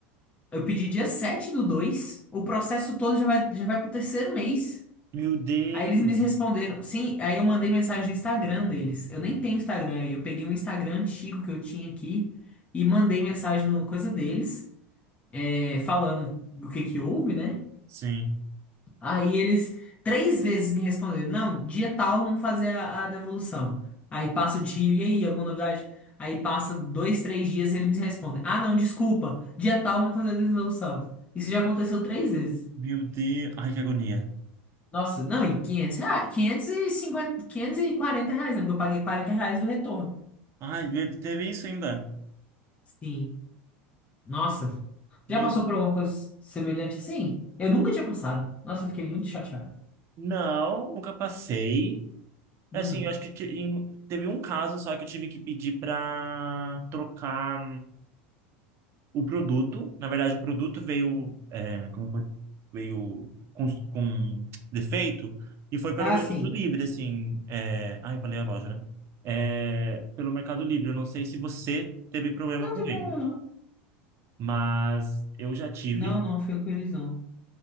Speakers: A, on the left; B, on the right.
A: Eu pedi dia 7 do 2. o processo todo já vai, já vai pro terceiro mês.
B: Meu Deus.
A: Aí eles me responderam, sim, aí eu mandei mensagem no Instagram deles. Eu nem tenho Instagram, aí eu peguei um Instagram antigo que eu tinha aqui e mandei mensagem no coisa deles, é, falando do que que houve, né?
B: Sim.
A: Aí eles três vezes me responderam, não, dia tal vamos fazer a, a devolução. Aí passa o dia, e aí, alguma novidade? Aí passa dois, três dias eles me respondem, ah não, desculpa, dia tal vamos fazer a devolução. Isso já aconteceu três vezes.
B: Meu Deus. Ai, que agonia.
A: Nossa, não, e 500 reais, 550, 540 reais, né? Porque eu paguei 40 reais do retorno.
B: Ai, ve- teve isso ainda.
A: Sim. Nossa.
B: Meu...
A: Já passou por alguma coisa semelhante assim? Eu nunca tinha passado. Nossa, eu fiquei muito chateado.
B: Não, nunca passei.
A: Hum.
B: É Assim, eu acho que ti- em- teve um caso só que eu tive que pedir pra trocar. o produto, na verdade, o produto veio, é, como foi, veio com, com defeito e foi pelo
A: Ah,
B: Mercado
A: sim.
B: Livre, assim. É, ah, eu falei a loja, né? É, pelo Mercado Livre. Eu não sei se você teve problema
A: Não
B: com
A: tem problema,
B: ele,
A: não.
B: mas eu já tive
A: Não, não, foi com eles, não.